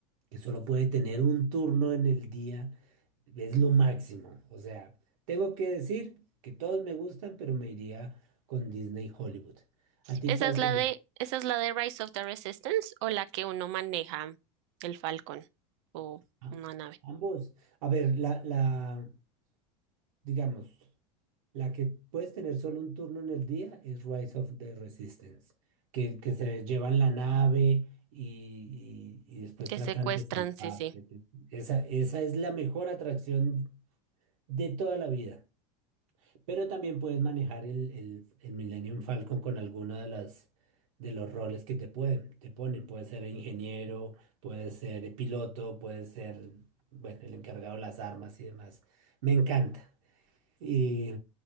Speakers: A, on the right (about 65°); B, on the right (about 50°).
A: que solo puede tener un turno en el día, es lo máximo. O sea, tengo que decir que todos me gustan, pero me iría con Disney Hollywood. ¿A ti
B: ¿Esa
A: cuál
B: es
A: te
B: la
A: gusta?
B: de, esa es la de Rise of the Resistance o la que uno maneja el Falcon o
A: Ah,
B: una nave
A: Ambos. A ver, la, la, Digamos, la que puedes tener solo un turno en el día es Rise of the Resistance, que, que se llevan la nave y, y- y después
B: que
A: tratan
B: secuestran?
A: de salvarte.
B: Sí, sí.
A: Esa, esa es la mejor atracción de toda la vida. Pero también puedes manejar el, el, el Millennium Falcon con alguno de las de los roles que te pueden, te ponen. Puedes ser ingeniero, puedes ser piloto, puedes ser, bueno, el encargado de las armas y demás. Me encanta. ¿Y